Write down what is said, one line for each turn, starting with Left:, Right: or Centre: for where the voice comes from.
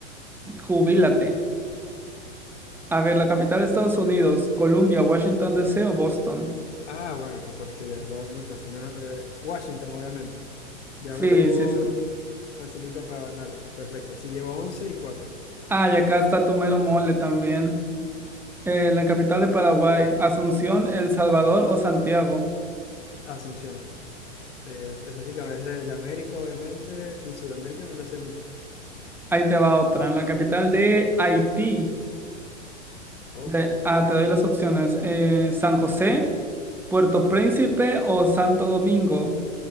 Centre: jubílate. A ver, la capital de Estados Unidos, Columbia, Washington D. C. o Boston.
Left: Ah, bueno, no, porque ya está muy fácil. Menos, eh, Washington, obviamente. Ya
Centre: Sí,
Left: me tocó
Centre: sí, sí.
Left: facilita para... Dale, perfecto. Sí, llevo 11 y 4,
Centre: Ah, y acá está tu mero mole también. Eh, la capital de Paraguay, Asunción, El Salvador o Santiago.
Left: Asunción. Es, es así que es de, de América, obviamente, y Sudamérica me la sé mucho.
Centre: Ahí te va otra. La capital de Haití.
Left: Oh,
Centre: De,
Left: oh.
Centre: ah, te doy las opciones. Eh,
Left: Ajá.
Centre: San José, Puerto Príncipe o Santo Domingo.